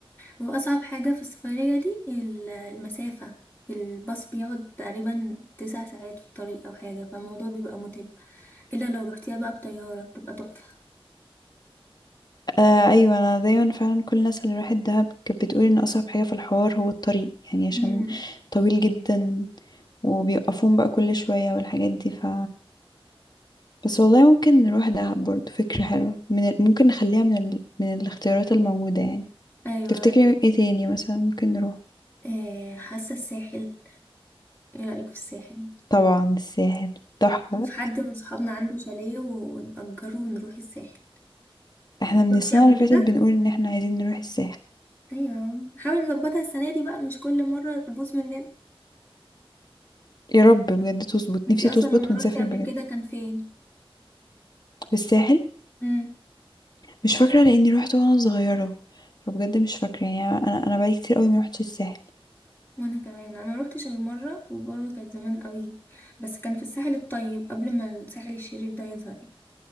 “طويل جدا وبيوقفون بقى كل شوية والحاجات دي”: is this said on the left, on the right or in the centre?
Left